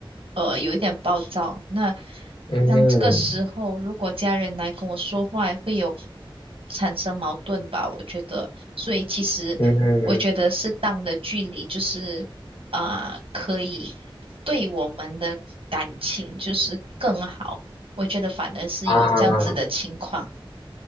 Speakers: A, on the right; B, on the left.
A: 呃有一点暴躁。那
B: 嗯
A: 当这个时候，如果家人来跟我说话，会有产生矛盾吧？我觉得，所以其实我觉得适当的距离就是啊、
B: 嗯嗯
A: 可以。对我们的感情就是更好。我觉得反而是有这样子的情况。
B: 啊。